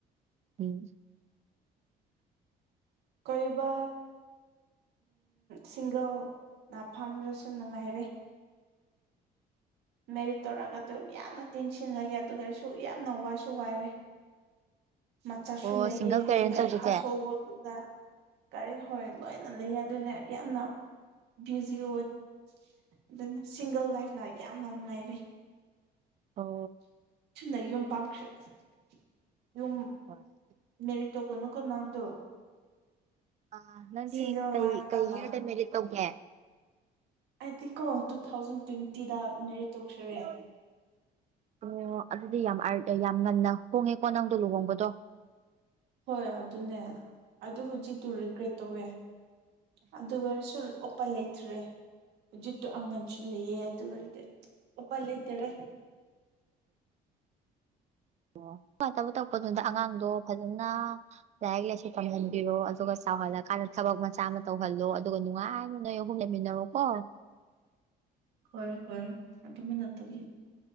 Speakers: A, on the right; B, on the right.
A: ꯎꯝ
B: ꯀꯣꯏꯕ ꯁꯤꯡꯒꯜ ꯅꯐꯝꯔꯁꯨ ꯅꯨꯡꯉꯥꯏꯔꯦ ꯃꯦꯔꯤꯠ ꯇꯧꯔꯒ ꯑꯗꯨꯝ ꯌꯥꯝꯅ ꯇꯦꯡꯁꯤꯜ ꯂꯩꯌꯦ ꯑꯗꯨꯒꯁꯨ ꯌꯥꯝꯅ ꯋꯥꯏꯁꯨ ꯋꯥꯏꯔꯦ ꯃꯆꯥꯁꯨ
A: ꯑꯣ
B: ꯂꯩꯑꯦ
A: ꯁꯤꯡꯒꯜ ꯄꯦꯔꯦꯟꯁ
B: ꯑꯗꯨꯒ
A: ꯑꯣꯏꯕꯁꯦ
B: ꯍꯥꯎꯁꯍꯣꯜ <unintelligible> ꯀꯔꯤ ꯍꯣꯏ ꯂꯣꯏꯅ ꯂꯩꯌꯦ ꯑꯗꯨꯅ ꯌꯥꯝꯅ ꯚꯤꯖꯤ ꯑꯣꯏ ꯑꯗꯨꯅ ꯁꯤꯡꯒꯜ ꯂꯥꯏꯐꯅ ꯌꯥꯝꯅ ꯅꯨꯡꯉꯥꯏꯔꯦ
A: ꯑꯣ
B: <inaudible> ꯊꯨꯅ ꯌꯨꯝ ꯄꯥꯟꯈ꯭ꯔꯦ <unintelligible> ꯌꯨꯝ
A: ꯍꯣꯏ
B: ꯃꯦꯔꯤꯠ ꯇꯧꯒꯅꯨꯀꯣ ꯅꯪꯗꯣ
A: ꯑ ꯅꯪꯗꯤ
B: ꯁꯤꯡꯒꯜ
A: ꯀꯩ
B: ꯂꯥꯏꯐ
A: ꯀꯩ
B: ꯇꯅ
A: ꯏꯌꯔꯗ ꯃꯦꯔꯤꯠ ꯇꯧꯒꯦ
B: ꯑꯩꯗꯤꯀꯣ ꯇꯨ ꯊꯥꯎꯖꯟ ꯇ꯭ꯋꯦꯟꯇꯤꯗ ꯃꯦꯔꯤꯠ ꯇꯧꯈ꯭ꯔꯦ
A: ꯑꯣ <unintelligible> ꯑꯗꯨꯗꯤ ꯌꯥꯝ <unintelligible> ꯉꯟꯅ ꯍꯣꯡꯉꯦꯀꯣ ꯅꯪꯗꯣ ꯂꯨꯍꯣꯡꯕꯗꯣ
B: ꯍꯣꯏ ꯑꯗꯨꯅꯦ ꯑꯗꯨ ꯍꯧꯖꯤꯛꯇꯨ ꯔꯤꯒ꯭ꯔꯦꯠ ꯇꯧꯋꯦ ꯑꯗꯨ ꯑꯣꯏꯔꯁꯨ ꯑꯣꯄꯥꯏ ꯂꯩꯇ꯭ꯔꯦ ꯍꯧꯖꯤꯠꯇꯨ ꯑꯉꯟꯁꯨ ꯂꯩꯑꯦ ꯑꯗꯨꯑꯣꯏꯔꯗꯤ ꯎꯄꯥꯢ ꯂꯩꯇꯔꯦ
A: ꯑꯣ ꯑꯣꯄꯥꯏ ꯂꯩꯇꯕ ꯇꯧꯒꯅꯨꯗ ꯑꯉꯥꯡꯗꯣ ꯐꯖꯅ ꯂꯥꯏꯔꯤꯛ ꯂꯥꯏꯁꯨ ꯇꯝꯍꯟꯕꯤꯔꯣ ꯑꯗꯨꯒ ꯆꯥꯎꯍꯜꯂꯀꯥꯟꯗ ꯊꯕꯛ ꯃꯆꯥ ꯑꯃ ꯇꯧꯍꯜꯂꯣ ꯑꯗꯨꯒ ꯅꯨꯡꯉꯥꯏꯅ ꯅꯣꯏ ꯑꯍꯨꯝ ꯂꯩꯃꯤꯟꯅꯔꯣ ꯀꯣ
B: <unintelligible> <inaudible> ꯍꯣꯏ ꯍꯣꯏ ꯌꯥꯝ ꯇꯨꯃꯤꯟꯅ ꯇꯧꯒꯤ